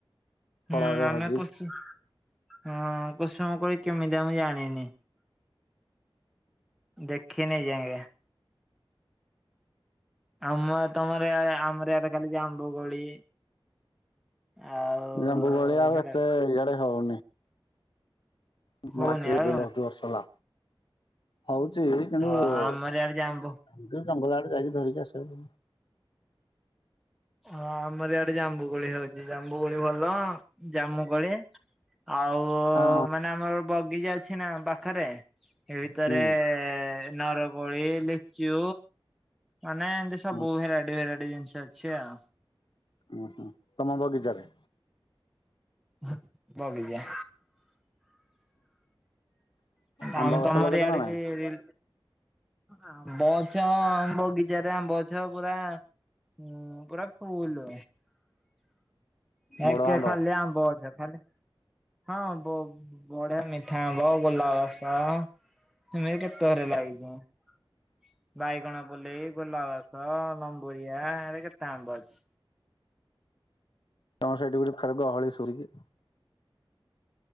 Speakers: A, on the left; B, in the centre.
A: ଫଳ
B: ହୁଁ
A: ଏବେ
B: ଆମେ
A: ହଉଛି।
B: କୁସୁ ହଁ କୁସୁମ କୋଳି କେମିତିଆ ମୁଁ ଜାଣିନି ଦେ କିଏ ନେଇଯାଏଙ୍ଗ। ଆମ ତମର ଇଆରେ ଆମର ଇଆଡେ ଖାଲି ଯାମ୍ବୁ କୋଳି। ଆଉ
A: ଯାମ୍ବୁ ଆଉ
B: ହେରା
A: ଏତେ ଇଆଡ଼େ ହଉନି। <unintelligible>
B: ହଉନି ଆଉ
A: ହେଲା ହଉଚି କିନ୍ତୁ
B: ହଁ
A: ନିଜେ
B: ଆମର ଇଆଡେ ଜାମ୍ବୁ
A: ଜଙ୍ଗଲ ଆଡେ ଯାଈକି ଧରିକି ଆସିବ।
B: ହଁ ଆମର ଇଆଡେ ଜାମ୍ବୁ କୋଳି ହଉଛି ଜାମ୍ବୁ କୋଳି ଭଲ ଜମୁ କୋଳି। ଆଉ
A: ହଁ
B: ମାନେ ଆମର ବଗିଚା ଅଛି ନା ପାଖରେ। ଏ ଭିତରେ
A: ହୁଁ
B: ନରକୋଳି ଲିଚୁ ମାନେ ସବୁ
A: ହୁଁ
B: ଭେରାଇଟି ଭେରାଇଟି ଜିନିଷ ଅଛି ଆଉ।
A: ଉଁ ହୁଁ ତମ ବଗିଚାରେ?
B: ହୁଁ ବଗିଚା।
A: ଆମ୍ବ
B: ଆମେ
A: ଗଛ
B: ତମର
A: ଲଗେଇଛ
B: ଇଆଡେ
A: ନା ନାଇଁ?
B: କି ରି ଆମ୍ବ ଗଛ ଆମ ବଗିଚାରେ ଆମ୍ବ ଗଛ ପୁରା ହୁଁ ପୁରା ଫୁଲ
A: ବଡ
B: ଏକେ
A: ଆମ୍ବ
B: ଖାଲି ଆମ୍ବ ଗଛ ଖାଲି ହଁ ବହୁ ବଢିଆ ମିଠା ଆମ୍ବ ଗୋଲା ରସ <unintelligible> ବାଇଗଣ ପୋଲେଇ, ଗୋଲାଗସ, ଲମ୍ବୁରିଆ, ଏରେ କେତେ ଆମ୍ବ ଅଛି?
A: <unintelligible>